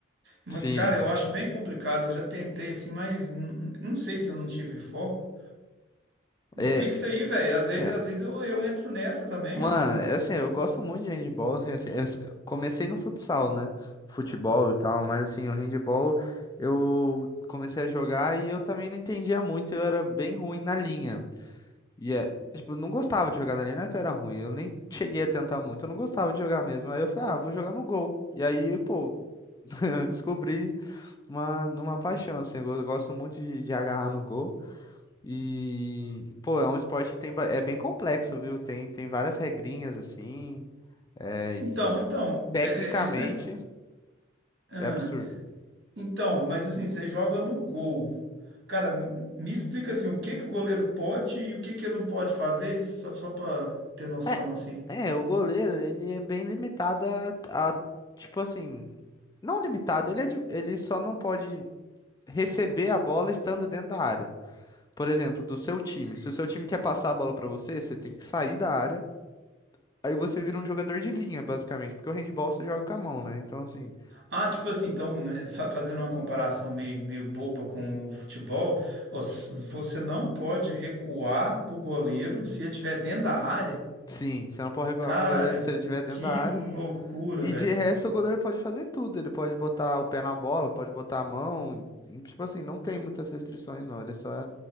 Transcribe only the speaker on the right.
Mas,
cara, eu acho bem complicado. Eu já tentei assim, mas n- não sei se eu não tive foco. Me
explica isso aí, velho. Às vezes,
às vezes eu, eu entro nessa também,
ué.
Então, então,
é, é, esse, né? Ah,
então, mas assim, você joga no gol. Cara, m- me explica assim, o que que o goleiro pode e o que que ele não pode fazer, só, só para ter noção,
assim.
Ah, tipo assim, então, eh, fa- fazendo uma comparação meio, meio boba com o futebol, os- você não pode recuar pro goleiro se ele estiver dentro da área.
Cara,
que
loucura,
velho.